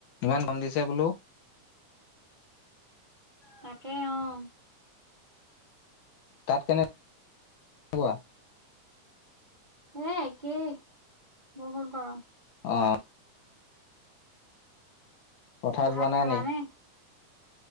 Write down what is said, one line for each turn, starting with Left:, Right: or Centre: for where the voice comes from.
Left: ইমান গৰম দিছে বোলো।
Right: তাকে অ'
Left: তাত কেনেকোৱা?
Right: এ একেই বহুত গৰম।
Left: অ'। পথাৰত
Right: ভাত
Left: যোৱা নাই
Right: খালানে?
Left: নি?